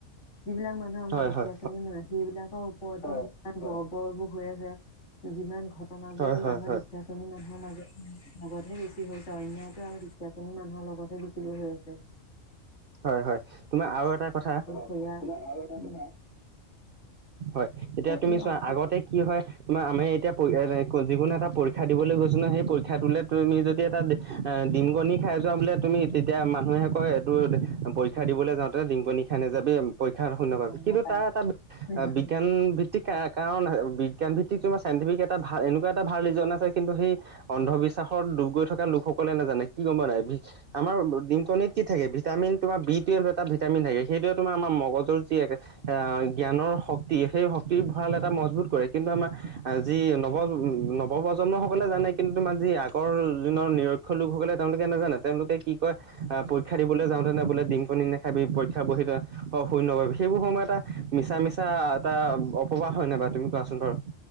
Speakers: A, on the left; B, on the right.
A: যিবিলাক মানুহ আমাৰ
B: হয়
A: দুখীয়া
B: হয়
A: শ্ৰেণীৰ হয় সেইবিলাকৰ ওপৰত দৰ বৰবোৰ হৈ আছে যিমান ঘটনাবোৰ
B: হয়
A: হৈ
B: হয় হয়
A: আমাৰ
B: হয়
A: দুখীয়া ধনী মানুহৰ মাজ লগতহে বেছি হৈছে অন্যায়তো আমাৰ দুখীয়া শ্ৰেণীৰ মানুহৰ লগতহে বেছিকৈ হৈ আছে।
B: হয়, হয় তোমাৰ আৰু এটা কথা
A: স <unintelligible>
B: হয় এতিয়া তুমি
A: এই
B: চোৱা
A: অঞ্চল
B: আগতে কি হয় ম আমি এতিয়া প যিকোনো এটা পৰীক্ষা দিবলৈ গৈছো ন সেই পৰীক্ষা খাই তোলে তুমি যদি এটা ডিমগনি খাই যোৱা বোলে তুমি তেতিয়া মানুহে কয় এইটো শিক্ষা দিবলৈ যাওঁতে ডিংপনি খাই না যাবি পৰীক্ষা শূন্য পাববি কিন্তুাৰ
A: নাপায়
B: এটা
A: নাজানো
B: বিজ্ঞান ভ কাৰণ বিজ্ঞান ভিত্তিক তোমাৰ ছাইণ্টিফিক এটা ভাল এনেকুৱা এটা ভাল ৰিজন আছে কিন্তু সেই অন্ধবিশ্বাসত ডুব গৈ থকা লোকসকলে নাজানে কি গ'ম নাই আমাৰ ডিমকনিত কি থাকে ভিটামিন তোমাৰ বি টুৱেলভ এটা ভিটামিন থাকে সেইটোয়ে তোমাৰ আমাৰ মগজৰ যি এক জ্ঞানৰ শক্তি সেই শক্তিৰ ভঁৰা়ল এটা মজবুত কৰে কিন্তু আমাৰ যি নৱ নৱপ্ৰজন্মসকলে জানে কিন্তু যি আগৰ দিনৰ নিৰক্ষৰ লোকসকলে তেওঁলোকে নাজানে তেওঁলোকে কি কয় আহ পৰীক্ষা দিবলৈ যাওঁতেনে বোলে ডিম কণী নাখাবি পৰীক্ষা বহি শূন্য বাবোৱ সেইবোৰ সময়ত এটা মিছা মিছা এটা অপবাস হয় নাই তুমি কোৱাচোন বাৰু